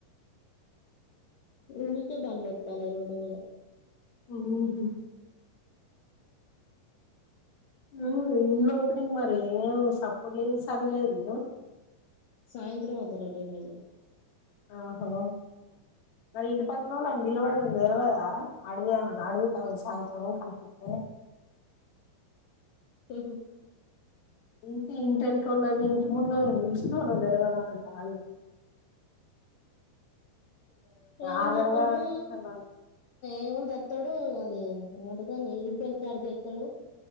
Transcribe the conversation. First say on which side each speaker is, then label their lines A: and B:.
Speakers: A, on the left; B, on the left.
A: ఉమకే బందత్ త్తన రోడ్ మీద
B: మనుమనికా హూ ఇల్ ఓపెనింగ్ మరి సప్పుడు లేదు సరిలేదు
A: సాయంత్రం వత్తాడ అంటా ఎమ్ ఎల్ ఏ
B: ఆహో మరి ఇంటి పక్కన వాళ్ళ నిలవడం తెలవదా అడుగుా అడుగుతాను సాయంత్రం కనిపిస్తే
A: సహ
B: ఇంటి ఇంటినుకోళ్ళని ఇంటి ముందుళ్ నను పిలిచుకోాను తెలవద అంట అవి
A: ఏముంద
B: ఆగడుగా
A: వతాడు
B: అలా
A: ఏముంద వతాడు అ అదే ఉంటదాని ఇబ్బని కారు చేస్తాడు